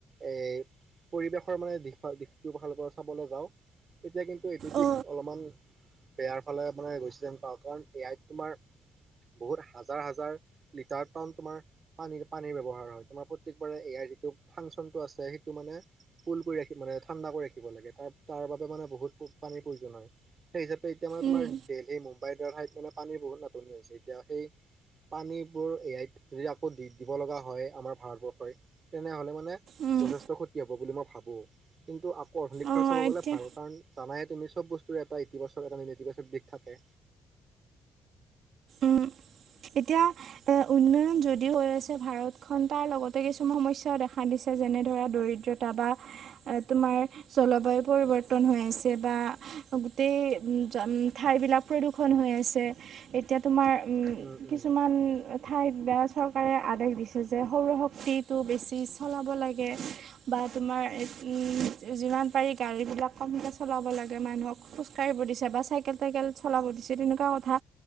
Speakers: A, on the right; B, on the right.
A: এই। পৰিৱেশৰ মানে দিশ ব দিশটো ভালৰ পৰা চাবলৈ যাওঁ তেতিয়া কিন্তু। এইটো দিশ
B: অ
A: অলপমান বেয়াৰ ফালে মানে গৈছিলেন পাওঁ কাৰণ এ আইত তোমাৰ। বহুত হাজাৰ হাজাৰ লিটাৰ টন তোমাৰ পানীৰ পানীৰ ব্যৱহাৰ হয়। তমাৰ প্ৰতেকবাৰে এয়াৰ যিটো ফাংচনটো আছে সেইটো মানে কুল কৰি ৰাখ মানে ঠাণ্ডা কৰি ৰাখিব লাগে। ত তাৰ বাবে মানে বহুত পানীৰ প্ৰয়োজন হয় সেই হিচাপে এতিয়া মানে তোমাৰ
B: উম
A: দেলহি মুম্বাই দ হো অলপ। পানীৰ বহুত নাটনি হৈছে এতিয়া সেই পানীবোৰ এয়াইত যদি আকৌ দি দিব লগা হয়। আমাৰ ভাৰতবৰ্ষই তেনেহ'লে মানে
B: উম
A: যথেষ্ট ক্ষতি হ'ব বুলি মই ভাবোঁ কিন্তু আ। ক অধুনিক ফাৰ
B: অ
A: চাব গলে
B: এতিয়া
A: ভাল কাৰণ জানাইে তু চব বস্তুৰ এটা ইতিবাচক এটা ম ইতিবাচক দিশ থাকে।
B: উম এতিয়া এ উন্নয়ন যদিও হৈ আছে ভাৰতখন তাৰ লগতে কিছুমান সমস্যা ও দেখা দিছে যে। এনে ধৰা দৰিদ্ৰতা বা তোমাৰ জলবায়ু পৰিৱৰ্তন হৈ আছে বা। গোটেই জ ঠাইবিলাক প্ৰদূষণ হৈ আছে এতিয়া তোমাৰ।
A: উম, উম,
B: কিছুমান ঠাইত বা চৰকাৰে আ আদেশ দিছোঁ যে সৌৰশক্তিটো বেছি চালাব লাগে বা তোমাৰ উম যিমান পাৰি গাড়ী বিলাক কমকে চলাব লাগে মানুহক খোজ কাঢ়িব দিছে বা চাইকেল টাইকেল চলাব দিছে তেনেকুৱা কথা